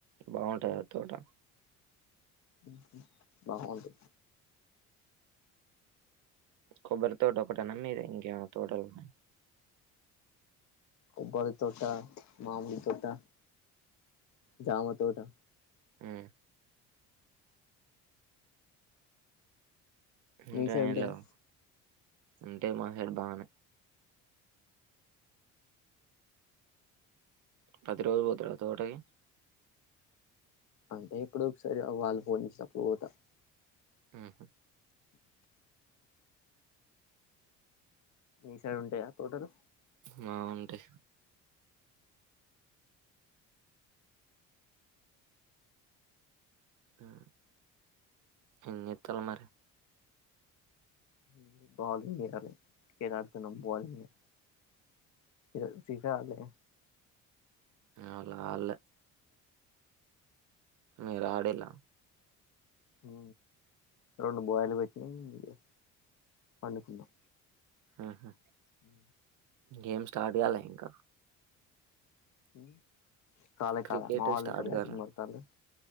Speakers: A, on the right; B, on the left.
A: బాగుంటదా ఆ తోటా
B: ఊహు బాగుంటది
A: కొబ్బరి తోట ఒకటేనా మీది ఇంకేమన్న తోటలున్నాయ.
B: కొబ్బరి తోటా, మామిడి తోటా, జామ తోటా.
A: హ్మ హ్మ్ ఇంకా
B: మీ సైడ్
A: ఏం
B: ఉంటాయా
A: లేవ్ ఉంటాయ్ మా సైడ్ బాగనే. పది రోజులు పోతరా తోటకి
B: అంటే ఎప్పుడో ఒకసారి వాళ్ళు ఫోన్ చేశినప్పుడు పోతా.
A: ఊహు
B: మీసైడ్ ఉంటయా తోటలు
A: మా ఉంటయ్ హ్మ్ ఏం చేత్తానవ్ మరి.
B: ఓన్లి బౌలింగ్ జెయ్యాలి క్రికెట్ ఆడుతున్నాం బౌలింగే. ఈ రోజు సీసా ఆడలే.
A: ఇవాళ ఆడ్లే మీరు ఆడిళ్ళా
B: హ్ము రెండు బయిల్డు పెట్టినా ఇగ పండుకున్నా
A: ఊహు
B: ఉ
A: గేమ్ స్టార్ట్ గాలే ఇంకా
B: ఉమ్ కాలే
A: క్రికెట్
B: కాలే మా వోళ్ళు
A: స్టార్ట్
B: ఇంకా బ్యాటింగ్
A: కాలే.
B: కొడతాన్లు